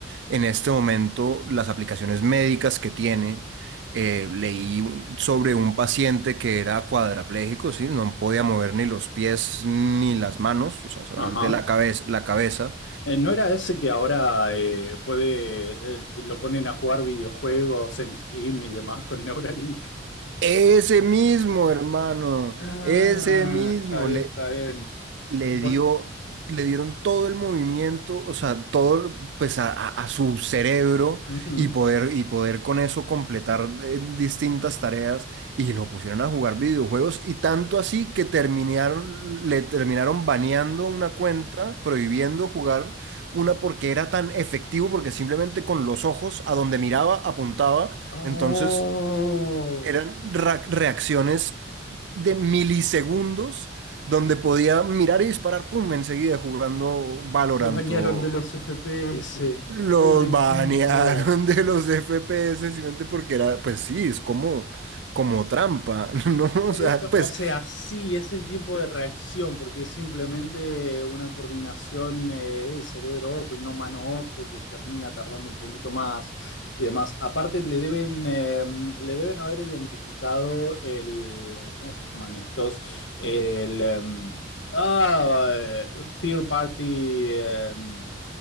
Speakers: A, on the right; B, on the left.
A: en este momento las aplicaciones médicas que tiene. Eh, leí un- sobre un paciente que era cuadrapléjico, ¿sí? No podía mover ni los pies ni las manos, o sea, solamente
B: Ajá.
A: la cabeza, la cabeza.
B: Eh, ¿no era ese que ahora eh, puede, eh, lo ponen a jugar videojuegos en Steam y demás con Neuralink?
A: Ese mismo, hermano,
B: Ah,
A: ese mismo.
B: está bien, está bien.
A: le
B: Por-
A: dio, le dieron todo el movimiento, o sea, todo pues a, a- a su cerebro
B: Ujú.
A: y poder, y poder con eso completar eh, distintas tareas y lo pusieron a jugar videojuegos y tanto así que terminaron, le terminaron baneando una cuenta, prohibiendo
B: Es-
A: jugar una
B: que-
A: porque era tan efectivo, porque simplemente con los ojos a donde miraba apuntaba,
B: ¡Oh!
A: entonces... Eran ra- reacciones de milisegundos donde podía mirar y disparar, pum, enseguida jugando Valorant.
B: Lo bañaron
A: o
B: de los FPS.
A: Los
B: Pobre
A: banearon
B: tipo.
A: de los FPS simplemente porque era, pues sí, es como, como trampa, <laughs> ¿no? O
B: Eh,
A: sea,
B: eh,
A: pues,
B: O sea, sí, es el tiempo de reacción, porque es simplemente una coordinación eh, cerebro-ojo y no mano-ojo que termina tardando un poquito más y demás. Aparte, le deben, eh, le deben haber identificado el, ¿cómo se llaman estos? ال em, ah, eh, third party, em,